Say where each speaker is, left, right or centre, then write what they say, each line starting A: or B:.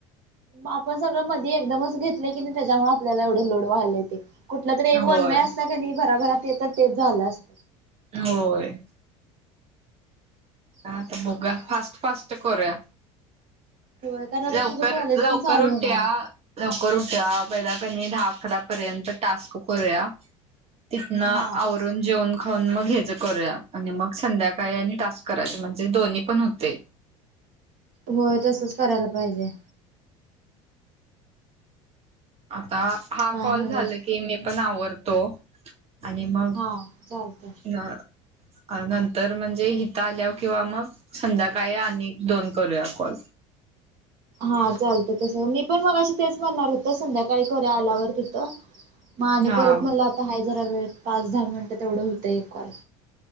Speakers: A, on the right; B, on the right.
A: आपण सगळं मधे एकदमच घेतले की नाही ते त्याच्यामुळे आपल्याला एवढं लोड व्हालाय ते. कुठलं तरी एक
B: होय
A: वन वे असता का नाही भराभरा ते तर तेच झालं अस
B: होय
A: काय
B: ह तर
A: नवच
B: बघा
A: बाई
B: फास्ट फास्ट करुया.
A: होय कारण आता
B: लवकर
A: तुझं कॉलेज
B: लवकर
A: पण चालू
B: होठुया.
A: होणार आहे.
B: लवकर उठ्या पहिला कनी दहा अकरा पर्यंत टास्क करूया तिथन आवरु
A: हा.
B: ून जेवन खाऊन मग हे करूया आणि मग संध्याकाळी आणि टास्क करायच म्हणजे दोन्ही पण होते.
A: हो तसच करायला पाहिजे.
B: आता हा
A: काय
B: कॉल
A: नवच
B: झालं की मी पण आवरतो. आणि मग
A: हा चालतंय.
B: अ.. नंतर म्हणजे इिथं आल्यावर किंवा मग संध्याकाळी आणि दोन करूया कॉल.
A: हा चालत तसं मी पण मगाशी तेच म्हणणार होत संध्याकाळी करूया आल्यावर तिथं. म आणि
B: हा
A: परत मला आता हा जरा वेळ पाच दहा मिनिटं तेवढं होतं एक कॉल.